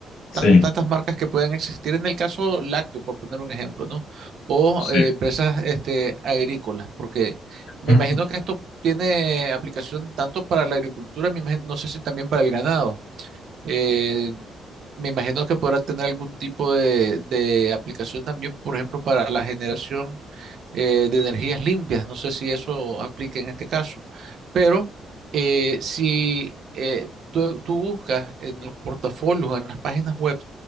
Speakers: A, on the left (about 85°); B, on the right (about 65°).
A: sí,
B: tan- tantas marcas que pueden existir en el caso lácteo, por poner un ejemplo, ¿no? O
A: sí,
B: eh, empresas este, agrícolas, porque me
A: ujú,
B: imagino que esto tiene aplicación tanto para la agricultura, me imagino- no sé si también para el ganado. Eh, me imagino que podrá tener algún tipo de, de aplicación también, por ejemplo, para la generación eh, de energías limpias. No sé si eso aplica en este caso, pero eh, si eh, tú, tú buscas en los portafolios, en las páginas web